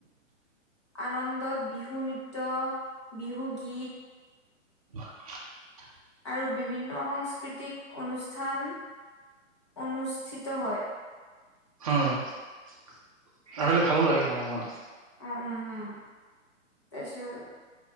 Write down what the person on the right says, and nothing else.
হয়।
উম', আৰু এইবিলাক ভালো লাগে মানে আমাৰ।